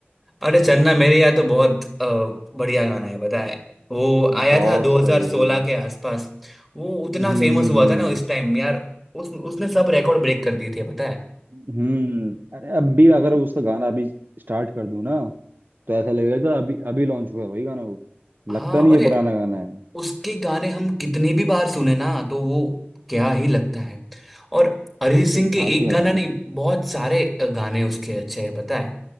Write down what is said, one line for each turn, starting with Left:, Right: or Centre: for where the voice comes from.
Centre: अरे चन्ना मेरे यहाँ तो बहुत अ, बढ़िया गाना है पता है वो आया
Right: बहुत
Centre: था 2016
Right: सही
Centre: के आसपास वो उतना
Right: हम्म
Centre: फेमस हुआ था ना उस टाइम यार उस उसने सब रिकॉर्ड ब्रेक कर दिए थे पता है
Right: हम्म अरे अभी अगर उसका गाना अभी स्टार्ट कर दूं ना तो ऐसा लगेगा कि अभी अभी लॉन्च हुआ है भाई गाना वो
Centre: हाँ
Right: लगता नहीं
Centre: अरे
Right: है पुराना गाना है
Centre: उसके गाने हम कितनी भी बार सुने ना तो वो क्या ही लगता है और अरिजीत सिंह
Right: अरे
Centre: के
Right: बात
Centre: एक
Right: ही अलग
Centre: गाना नहीं
Right: है
Centre: बहुत सारे गाने उसके अच्छे हैं पता है